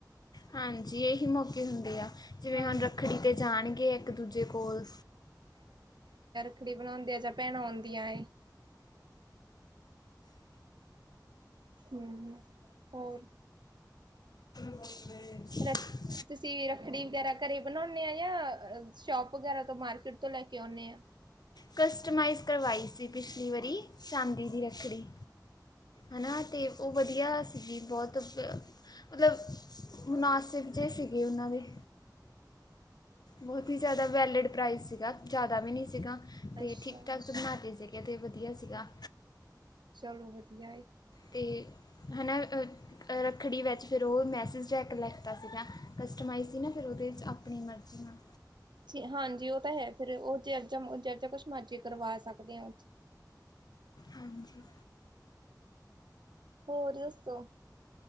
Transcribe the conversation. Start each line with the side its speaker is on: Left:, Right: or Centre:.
Left: ਹਾਂਜੀ, ਏਹੀ ਮੌਕੇ ਹੁੰਦੇ ਆ। ਜਿਵੇਂ
Right: ਹਾਂਜੀ
Left: ਹੁਨ ਰੱਖੜੀ ਤੇ ਜਾਨਗੇ ਇੱਕ ਦੂਜੇ ਕੋਲ
Right: ਰੱਖ਼ੜੀ ਬਨਾਂਦੇ ਆ ਜਾ ਭੈਣਾਂ ਆਂਉਦੀਆ ਏ। ਹੂੰ, ਹੋਰ?
Left: ਓਹ, ਸਵੇਰੇ।
Right: ਰ ਤੁਸੀਂ ਰੱਖੜੀ ਵਗੈਰਾ ਘਰੇ ਬਨਾਉਨੇ ਆ, ਯਾ ਸ਼ੋਪ ਵਗੈਰਾ ਤਾਂ ਮਾਰਕੀਟ ਤੋਂ ਲੈ ਕੇ ਆਉਨੇ ਆ।
Left: ਕਸਟਮਾਈਜ਼ ਕਰਵਾਈ ਸੀ ਪਿਛਲੀ ਵਾਰੀ, ਚਾਂਦੀ ਦੀ ਰੱਖੜੀ। ਹਨਾ, 'ਤੇ ਉਹ ਵਦੀਆ ਸੀਗੀ ਬੋਤ ਬ। ਮਤਲਬ, ਮੁਨਾਸਿਬ ਜੇਏ ਸੀਗੇ ਉਨਾਂ ਦੇ। ਬੋਤ ਈ ਜਾਦਾ ਵੈਲਿਡ ਪ੍ਰਾਈਜ਼ ਸੀਗਾ, ਜਾਦਾ ਵੀ ਨੀ ਸੀਗਾ। 'ਤੇ
Right: ਅੱਛਾ
Left: ਠੀਕ ਠਾਕ ਬਨਾਂਤੇ ਸੀਗੇ, 'ਤੇ ਵਦੀਆ ਸੀਗਾ।
Right: ਚਲੋ, ਵਦੀਆ ਏ।
Left: 'ਤੇ, ਹਨਾ ਅ ਰੱਖੜੀ ਵਿੱਚ ਫਿਰ ਉਹ ਮੈਸਿਜ ਜਾ ਕੇ ਲਿਖਤਾ ਸੀਗਾ, ਕਸਟਮਾਈਜ਼ ਸੀ ਨਾ, ਫਿਰ ਓਦੇ 'ਚ ਆਪਨੀ ਮਰਜ਼ੀ ਨਾਲ
Right: ਜੀ ਹਾਂਜੀ ਉਹ ਤਾਂ ਹੈ, ਫਿਰ ਉਹ ਜੇਆ ਜਮ ਜਾ ਕੇ ਕੁਛ ਮਰਜ਼ੀ ਕਰਵਾ ਸਕਦੇ ਆ। <unintelligible>
Left: ਹਾਂਜੀ
Right: ਹੋਰ ਦੱਸੋ?